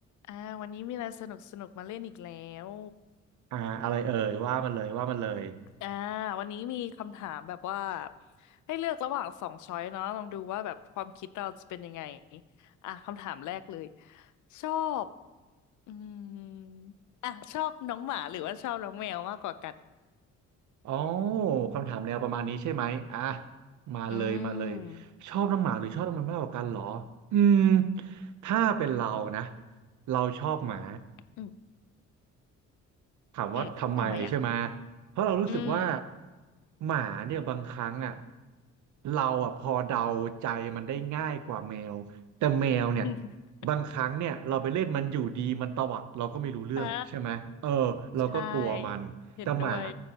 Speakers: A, on the left; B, on the right.
A: อ่าวันนี้มีอะไรสนุกสนุกมาเล่นอีกแล้ว
B: อ่าอะไรเอ่ยว่ามันเลยว่ามันเลย
A: อ่าวันนี้มีคำถามแบบว่าให้เลือกระหว่างสองช้อยเนาะลองดูว่าแบบความคิดเราจะเป็นยังไงอ่ะคำถามแรกเลยชอบอืมอ่ะชอบน้องหมาหรือว่าชอบน้องแมวมากกว่ากัน
B: อ๋อคำถามแนวประมาณนี้ใช่ไหมอ่ะมาเลยมาเลย
A: อืม
B: ชอบน้องหมาหรือชอบน้องแมวมากกว่ากันเหรออืมถ้าเป็นเรานะเราชอบหมา
A: อืม
B: ถามว่าทำไมใช่ไหม
A: อืมทำไมอ่ะ
B: เพราะเรารู้สึกว่า
A: อืม
B: หมาเนี่ยบางครั้งอ่ะเราอ่ะพอเดาใจมันได้ง่ายกว่าแมวแต่แมวเนี่ย
A: <laughs>
B: บางครั้งเนี่ยเราไปเล่นมันอยู่ดีมันตวัดเราก็ไม่รู้เรื่องใช่ไหมเออเราก็กลัวมันแต่หมา
A: อ่าใช่เห็นด้วย